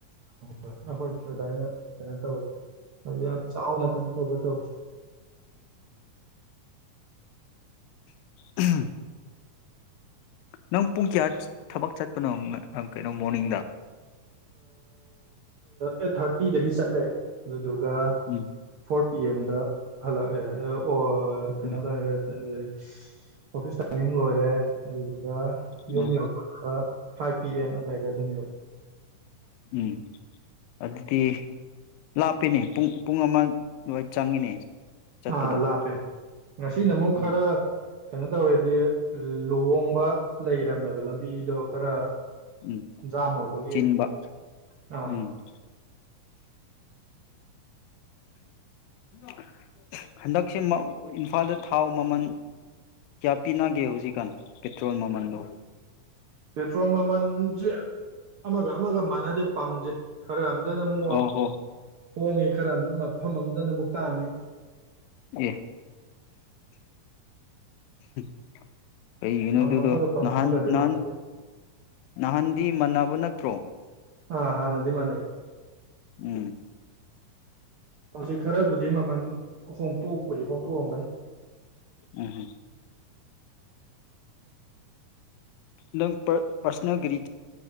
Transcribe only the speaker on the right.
ꯍ ꯍꯣꯏ ꯑꯩꯈꯣꯏ ꯑꯗꯨꯅ ꯩꯅ ꯇꯧ ꯍꯧ ꯊꯥꯎ ꯅ ꯇꯩꯅ ꯊꯧꯕꯊꯥꯎ
ꯑꯩꯠ ꯊꯥꯔꯇꯤꯗꯒꯤ ꯆꯠꯂꯦ ꯑꯗꯨꯗꯨ ꯑꯗꯨꯒ
ꯐꯣꯔ ꯄꯤ ꯑꯦꯝꯗ ꯍꯜꯂꯣ ꯑꯣ ꯀꯩꯅꯣ
ꯑꯣꯐꯤꯁ ꯃꯤ ꯂꯣꯏꯔꯦ ꯑꯗꯨꯗ
ꯌꯣꯨꯝ ꯌꯥꯎ ꯐꯥꯏꯚ ꯄꯤ ꯑꯦꯝ ꯑꯗꯨꯋꯥꯏꯗ ꯑꯗꯨꯝ ꯌꯧꯔꯦ
ꯑꯥ ꯂꯥꯄꯦ ꯉꯁꯤ ꯅ ꯑꯃꯨꯛ
ꯈꯔ ꯀꯩꯅꯣ ꯇ ꯑꯣꯏꯌꯦ ꯑꯗꯤ ꯂꯨꯍꯣꯡꯕ ꯂꯩꯔꯝꯃꯦꯕ ꯂꯝꯕꯤꯗꯣ ꯈꯔ
ꯖꯥꯝ ꯑꯣꯏꯕꯒꯤ
ꯑꯥ
ꯄꯦꯇ꯭ꯔꯣꯜ ꯃꯃꯟ ꯁꯤ ꯑꯃꯒ ꯑꯃꯒ ꯃꯥꯟꯅꯗꯦ ꯄꯥꯝꯖꯦ ꯈꯔ ꯑꯝꯇꯅ ꯑꯃꯨꯛ
ꯍꯣꯡꯉꯦ ꯈꯔ ꯃꯐꯝ ꯑꯃꯗꯅ ꯑꯃꯨꯛ ꯇꯥꯡꯉꯦ
ꯄꯝ
ꯑꯃꯒ ꯄꯝ
ꯑꯃꯒꯁꯦ
ꯃꯥꯟꯅꯗꯦ
ꯑꯥ ꯍꯥꯥ ꯅꯗꯤ ꯃꯥ ꯂꯩ
ꯍꯧꯖꯤꯛ ꯈꯔꯕꯨꯗꯤ ꯃꯃꯜ ꯍꯣꯡꯗꯣꯛꯄꯗꯤ ꯍꯣꯡꯗꯣꯛꯑꯝꯒꯅꯤ